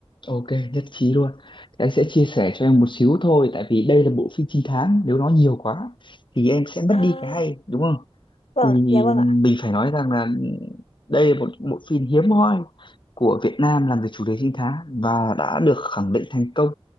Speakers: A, on the left (about 50°); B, on the left (about 80°).
A: ok nhất trí luôn thì anh sẽ chia sẻ cho em một xíu thôi tại vì đây là bộ phim trinh thám nếu nó nhiều quá thì em sẽ mất
B: à,
A: đi cái hay đúng không
B: vâng
A: thì
B: dạ vâng
A: mình
B: ạ
A: phải nói rằng là đây là một bộ phim hiếm hoi của Việt Nam làm về chủ đề trinh thám và đã được khẳng định thành công